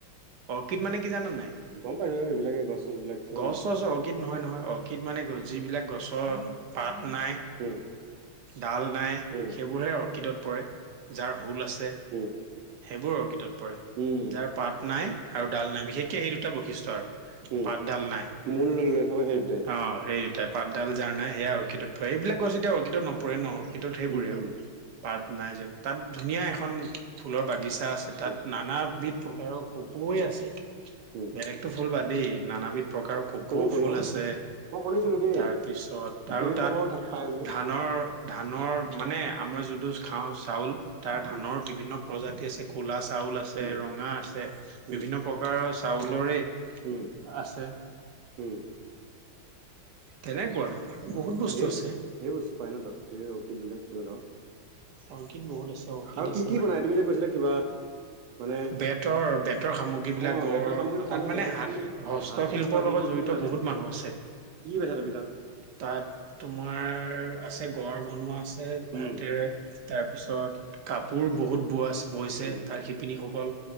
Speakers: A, on the right; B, on the right.
A: অৰ্কিড মানে কি জানো নাই
B: গম পাইছো এইবিলাকে গছ চছ বিলাক কিছুমান
A: গছ চছ অৰ্কিড নহয় নহয় অৰ্কিড মানে যিবিলাক গছৰ পাত নাই
B: উম
A: ডাল নাই,
B: উম
A: সেইবোৰহে অৰ্কিডত পৰে, যাৰ হোল আছে
B: উম
A: সেইবোৰ অৰ্কিডত পৰে। পৰে
B: উম
A: যাৰ পাত নাই আৰু ডাল নাই বিশেষকে সেই দুটা বৈশিষ্টয় আৰু
B: উম
A: পাতডাল নাই
B: মূল লক্ষ্য সেই দুটাই
A: অ সেই দুটাই পাতডাল যাৰ নাই সেয়া অৰ্কিডত পৰে এইবিলাক গছ্ত এতিয়া অৰ্কিডত নপৰে ন অৰ্কিডত সেইবোৰে
B: উম
A: আৰু
B: উম
A: পাত নাই য তাত ধুনীয়া এখন ফুলৰ বাগিছা আছে তাত
B: উম
A: নানাবিধ প্ৰকাৰৰ পৈ
B: উম
A: আছে
B: উম
A: বেলেগতটো ফুল বাা দেই নানাবিধ প্ৰকাৰৰ কপৌ
B: ক'ব ভুল
A: ফুল
B: ন
A: আছে
B: মই শুনিছিলো দেই
A: তাৰপিছত আৰু
B: কেইবি
A: তাত
B: প্ৰকাৰৰ থাক পাই বোলে
A: ধানৰ ধানৰ মানে আমাৰ যোনটো খাওঁ চাউল তাৰ ধানৰ
B: উম
A: বিভিন্ন প্ৰজাতি আছে ক'লা চাউল আছে
B: উম
A: ৰঙা আছে
B: উম
A: বিভিন্ন প্ৰকাৰৰ চাউলৰে
B: উম
A: আছে
B: উম
A: তেনেকুৱা আৰু আৰু বহুত বস্তু
B: ধেৰ-ধেৰ
A: আছে
B: বস্তু পাই ন' তাত ধেৰ অৰ্কিডবিলাক কোনো ধৰক
A: অৰ্কিড বহুত আছে। অৰ্কিড
B: আৰু কি
A: আছে
B: কি বনাই তুমি যে কৈছিলা কিবা? মানে
A: বেতৰ, বেতৰ সামগ্ৰীবিলাক
B: অ
A: গড়
B: বেতৰ সামগ্ৰীটো
A: তাত
B: সামগ্ৰী
A: মানে
B: আৰু
A: হাত
B: কি
A: হস্তশিল্পৰ
B: হা হাতৰ শিল্প
A: লগত
B: কি
A: জড়িত
B: কি বনাইছে
A: বহুত মানুহ আছে।
B: কি পাইছা তুমি তাত?
A: তাত তোমাৰ আছে গড় বনোৱা আছে
B: উম
A: হাতেৰে, তাৰপিছত কাপোৰ বহুত বোৱা আছে। বৈছে
B: উম
A: তাৰ শিপিনীসকল